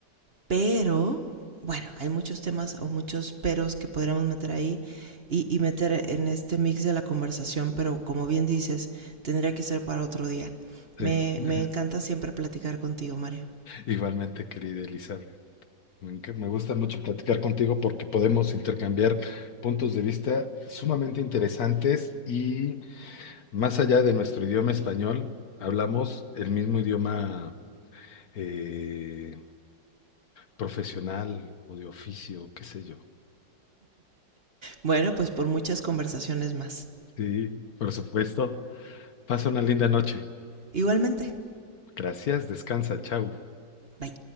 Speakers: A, on the right; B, on the left.
A: Pero, bueno, hay muchos temas o muchos peros que podríamos meter ahí y, y meter en este mix de la conversación, pero como bien dices, tendría que ser para otro día.
B: Sí.
A: Me,
B: <laughs>
A: me encanta siempre platicar contigo, Mario.
B: Igualmente, querida Elizabeth. Me enc- me gusta mucho platicar contigo porque podemos intercambiar puntos de vista sumamente interesantes y más allá de nuestro idioma español, hablamos el mismo idioma eh, profesional o de oficio, qué sé yo.
A: Bueno, pues por muchas conversaciones más.
B: Sí, por supuesto. Pasa una linda noche.
A: Igualmente.
B: Gracias, descansa, chao.
A: Bye.